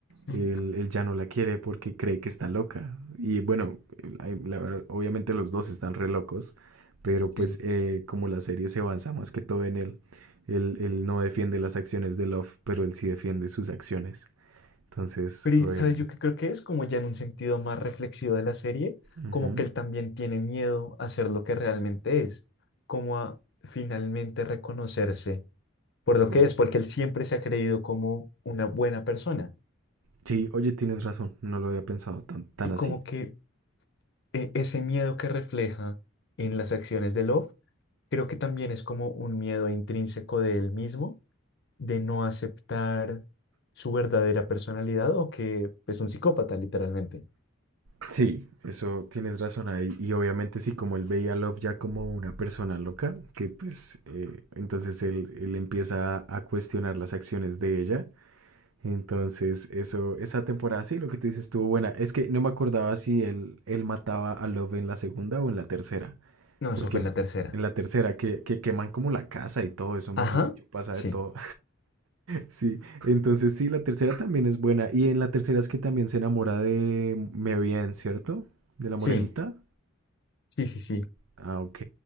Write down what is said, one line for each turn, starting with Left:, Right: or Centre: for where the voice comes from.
Left: Mm,
Right: él, él ya no la quiere porque cree que está loca. Y bueno, hay- la verdad, obviamente los dos están re locos, pero
Left: Sí.
Right: pues eh, como la serie se avanza más que todo en él, él, él no defiende las acciones de Love, pero él sí defiende sus acciones. Entonces,
Left: Pero, ¿y
Right: oye,
Left: ¿sabes? Yo que creo que es como ya en un sentido más reflexivo de la serie,
Right: ujú,
Left: como que él también tiene miedo a ser lo que realmente es, como a finalmente reconocerse por lo
Right: como-
Left: que es, porque él siempre se ha creído como una buena persona.
Right: Sí, oye, tienes razón, no lo había pensado tan, tan
Left: Y
Right: así.
Left: como que eh, ese miedo que refleja en las acciones de Love, creo que también es como un miedo intrínseco de él mismo, de no aceptar su verdadera personalidad o que es un psicópata, literalmente.
Right: Sí, eso tienes razón ahí. Y obviamente sí, como él veía a Love ya como una persona loca, que pues eh, entonces él, él empieza a a cuestionar las acciones de ella. Entonces, eso, esa temporada sí, lo que tú dices estuvo buena. Es que no me acordaba si él, él mataba a Love en la segunda o en la tercera.
Left: No,
Right: Porque
Left: eso fue en la tercera.
Right: en la tercera, que, que queman como la casa y todo eso, mejor
Left: Ajá,
Right: dicho, pasa
Left: sí,
Right: de todo, Sí, entonces sí, la tercera también es buena. Y en la tercera es que también se enamora de Mary Ann, ¿cierto? De la morenita.
Left: sí, sí, sí, sí.
Right: Ah, ok.